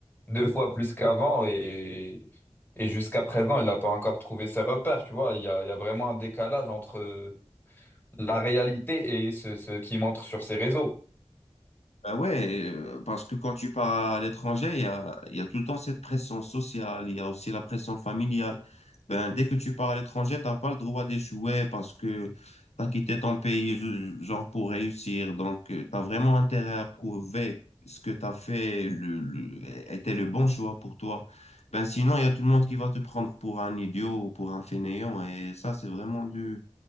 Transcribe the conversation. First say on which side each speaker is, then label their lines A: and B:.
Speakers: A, on the left; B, on the left.
A: deux fois plus qu'avant et, et jusqu'à présent, il n'a pas encore trouvé ses repères, tu vois. Il y a, il y a vraiment un décalage entre la réalité et ce, ce qui montre sur ces réseaux.
B: Bah ouais, euh, parce que quand tu pars à l'étranger, il y a, il y a tout le temps cette pression sociale, il y a aussi la pression familiale. Ben, dès que tu pars à l'étranger, t'as pas le droit d'échouer parce que tu as quitté ton pays ju- genre pour réussir. Donc, tu as vraiment intérêt à prouver ce que tu as fait le, le- était le bon choix pour toi. Ben, sinon, il y a tout le monde qui va te prendre pour un idiot ou pour un fainéant. Et ça, c'est vraiment du...